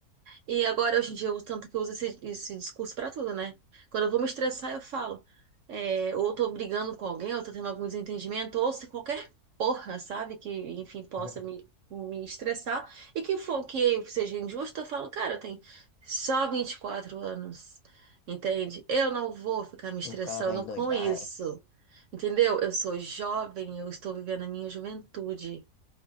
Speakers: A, on the right; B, on the left.
A: E agora, hoje em dia, eu uso tanto que eu uso esse, esse discurso pra tudo, né? Quando eu vou me estressar, eu falo. É, ou tô brigando com alguém, ou tô tendo algum desentendimento, ou se qualquer porra, sabe? Que, enfim, possa
B: <laughs>
A: me, me estressar. E que for que seja injusto, eu falo, cara, eu tenho só 24 anos, entende? Eu não vou ficar me estressando
B: E o cara vai endoidar,
A: com isso,
B: é,
A: entendeu? Eu sou jovem, eu estou vivendo a minha juventude.